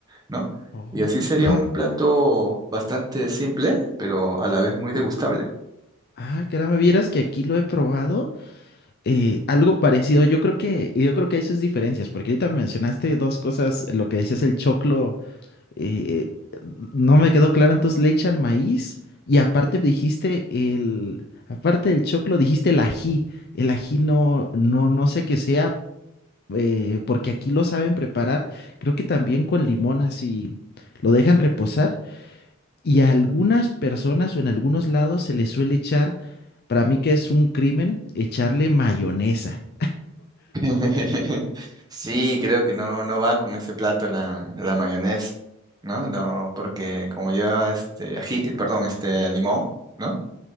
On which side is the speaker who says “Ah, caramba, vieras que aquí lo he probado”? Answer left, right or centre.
Left